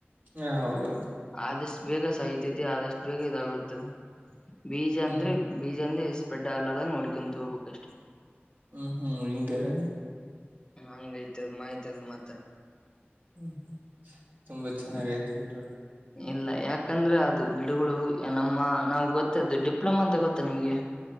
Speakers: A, on the right (about 50°); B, on the left (about 20°).
A: ಹಾ ಹೌದ್ರೀ
B: ಆದಷ್ಟು ಬೇಗ ಸಾಯುತ್ತದೆ ಆದಷ್ಟು ಬೇಗ ಇದಾಗುತ್ತದೆ ಬೀಜ
A: ಹ್ಮ್
B: ಅಂದ್ರೆ ಬೀಜ ಅಂದ್ರೆ ಸ್ಪ್ರೆಡ್ ಆಗಳಾದ ಹಾಗೆ ನೋಡಿಕೊಂತ ಹೋಗ್ಬೇಕ ಅಷ್ಟೇ
A: ಹ್ಮ್ ಹ್ಮ್ಮ್ ಹಿಂಗೇರಿ
B: ಹಂಗೈತದ ಮಾಯ್ತದ ಮತ
A: ಹ್ಮ್ ತುಂಬಾ ಚೆನ್ನಾಗಯ್ತು
B: ಹ್ಮ್
A: ಬಿಡ್ರಿ
B: ಇಲ್ಲ ಯಾಕಂದ್ರೆ ಅದು ಗಿಡಗಳು ನಮ್ಮ ನಾವು ಗೊತ್ತ್ದು ಡಿಪ್ಲೊಮಾ ಅಂತ ಗೊತ್ತಾ ನಿಮ್ಗೆ